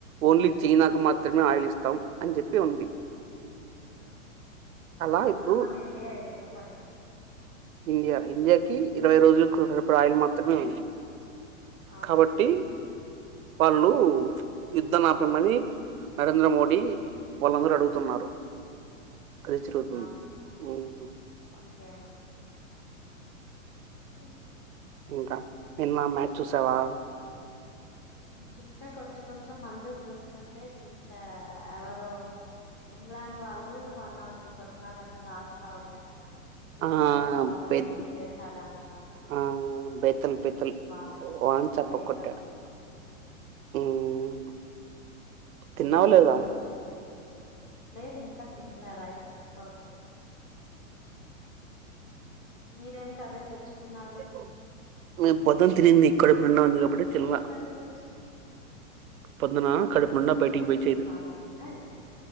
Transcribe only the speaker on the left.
ఆ
మధ్యలో
మన ఇండియా ఇర్ క్కపోఇంది
అవును
అవును
ఓకే ఒకే హు
చూసా కొంచెం కొంచెం మందు చూస్తుంటే చూసా ఎవరో ఇంగ్లాండ్ వాళ్ళు వన్ నాట్ టూ కొట్టినాడు అంటే లాస్ట్ లో అవుట్. భూమరాంగ్
బా బౌలింగ్
చేశాడంట
బగా
బేతర
అదే
మంజ చూస్తంట లేదు ఇంకా తిన్లే రైస్ కుక్ అవుతుంది. మీరేం కర్రీ తెచ్చుకున్నారు
మీరేం
కర్రీ తెచ్చుకు.
ఎగ్ ఫాస్టింగా అయితే